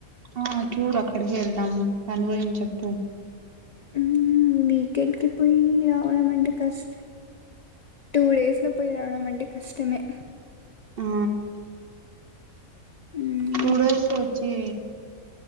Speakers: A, on the right; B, on the left.
A: ఆ చూడు అక్కడికే ఎల్దాం, దాన్ గురిం చెప్పు
B: హు హు మీ కెళ్కిపొయ్యి రావడం అంటే కష్. టూ డేస్ లో పోయ్ రావడమన్ కష్టమే
A: ఆ
B: మ్మ్,
A: టూ డేస్ ఒచ్చి